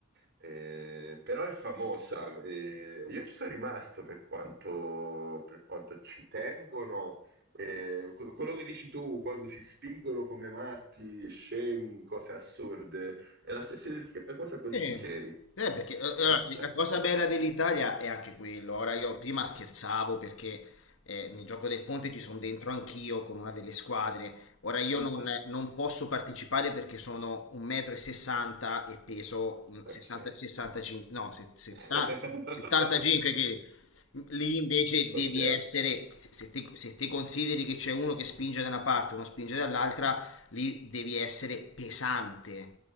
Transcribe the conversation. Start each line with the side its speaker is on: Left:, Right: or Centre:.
Right: Eh, però è famosa, eh, io ci sono rimasto per quanto, per quanto ci tengono. eh, que- quello che dici tu quando si spingono come matti, scemi, in cose assurde, è la stessa identica cosa con
Left: Sì.
Right: sti ceri.
Left: Eh, perché eh, allora,
Right: Eh, eh,
Left: la cosa
Right: eh.
Left: bella dell'Italia è anche quello. Ora io prima scherzavo perché eh, nel gioco del ponte ci sono dentro anch'io con una delle squadre. Ora io
Right: Mhm,
Left: non, non posso partecipare perché sono 1,60 m e sessanta e peso mm,
Right: Ok.
Left: 60, 65, no, se- 70
Right: <laughs>
Left: 75 kg. Lì invece
Right: Ok.
Left: devi essere, se se te, se te consideri che c'è uno che spinge da una parte, uno spinge dall'altra, lì devi essere pesante,